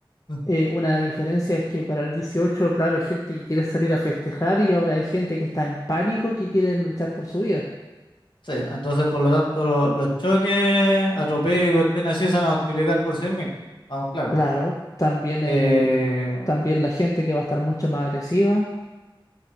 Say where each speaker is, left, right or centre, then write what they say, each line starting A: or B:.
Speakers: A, on the left; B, on the left.
A: Ujú.
B: eh, una diferencia es que para el 18, claro, hay gente que quiere salir a festejar y ahora hay gente que está en pánico que quiere luchar por su vida.
A: Sí, entonces por lo tanto lo- los choques, atropellos y cuestiones así se van a multiplicar por 100.000. Vamos, claro.
B: Claro, también
A: Eh,
B: el, también la gente que va a estar mucho más agresiva.